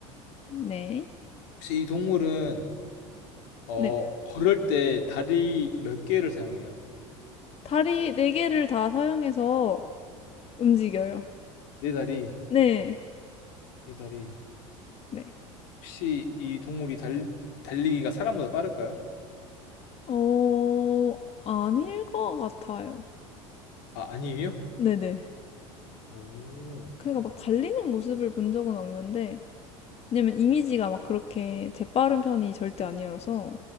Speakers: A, on the left; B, on the left.
A: 네.
B: 혹시 이 동물은 어,
A: 네.
B: 걸을 때 다리 몇 개를 사용해요?
A: 다리 네 개를 다 사용해서 움직여요.
B: 네 다리,
A: 네.
B: 네 다리.
A: 네.
B: 혹시 이 동물이 달, 달리기가 사람보다 빠를까요?
A: 어, 아닐 것 같아요.
B: 아, 아니에요?
A: 네네.
B: 오,
A: 그러니까 막 달리는 모습을 본 적은 없는데, 왜냐면 이미지가 막 그렇게 재빠른 편이 절대 아니라서,